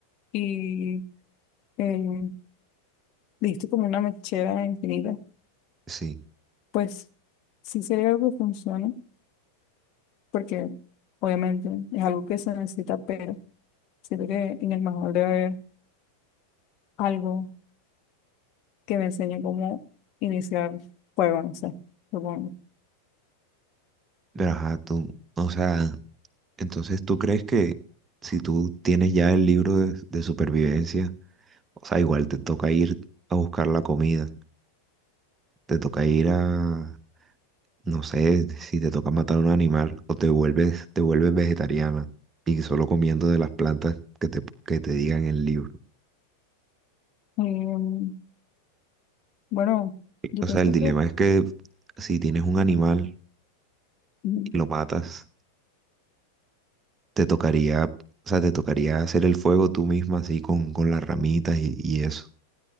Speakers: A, on the left; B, on the right.
A: Y el, listo como una mechera infinita.
B: sí.
A: Pues sí sería algo que funcione, porque obviamente es algo que se necesita, pero siento que en el manual debe haber algo que me enseñe cómo iniciar fuego, no sé, supongo.
B: Pero ajá, tú, o sea... Entonces, ¿tú crees que si tú tienes ya el libro de, de supervivencia, o sea, igual te toca ir a buscar la comida, te toca ir a, no sé, si te toca matar un animal o te vuelves, te vuelves vegetariana y solo comiendo de las plantas que te, que te digan el libro?
A: Em, bueno, yo
B: O
A: pienso
B: sea, el dilema
A: que
B: es que si tienes un animal
A: mm,
B: y lo matas, te tocaría, o sea, te tocaría hacer el fuego tú misma así con, con las ramitas y, y eso.